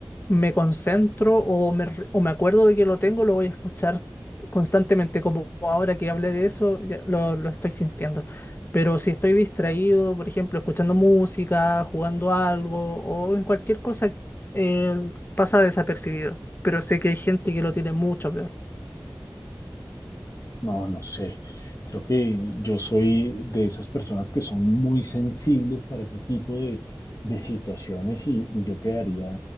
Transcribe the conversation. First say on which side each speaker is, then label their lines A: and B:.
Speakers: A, on the left; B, on the left.
A: me concentro o me, re- o me acuerdo de que lo tengo, lo voy a escuchar constantemente, como ahora que hablé de eso, ya lo, lo estoy sintiendo. Pero si estoy distraído, por ejemplo, escuchando música, jugando algo o en cualquier cosa, eh, pasa desapercibido. Pero sé que hay gente que lo tiene mucho peor.
B: No, no sé. Creo que yo soy de esas personas que son muy sensibles para ese tipo de, de situaciones y, y yo quedaría